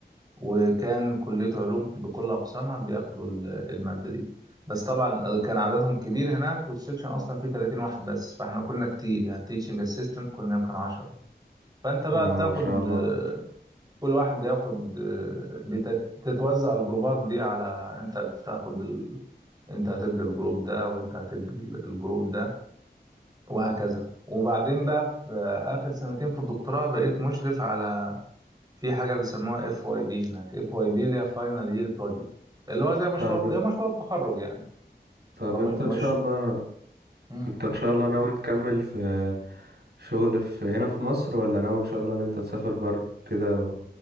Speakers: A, on the right; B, on the right.
A: وكان كلية علوم بكل أقسامها بياخدوا ال- المادة دي بس طبعا كان عددهم كبير هناك والسكشن أصلا فيه 30 واحد بس فاحنا كنا كتير يعني تيتشنج اسيستنت كنا يمكن 10 فأنت بقى
B: آه،
A: بتاخد
B: ما شاء الله
A: آه، كل واحد بياخد آه، بتت- بتتوزع الجروبات دي على أنت بتاخد ال... أنت هتدي الجروب ده وأنت هتدي ال- الجروب ده وهكذا وبعدين بقى في آخر سنتين في الدكتوراه بقيت مشرف على في حاجه بيسموها اف واي بي هناك اف واي بي اللي هي فاينل يير بروجكت اللي هو زي مشروع
B: طب
A: هي مشروع التخرج يعني
B: طب
A: فمش
B: انت ان شاء الله
A: مم.
B: انت ان شاء الله ناوي تكمل في شغل في هنا في مصر ولا ناوي ان شاء الله ان انت تسافر بره كده و-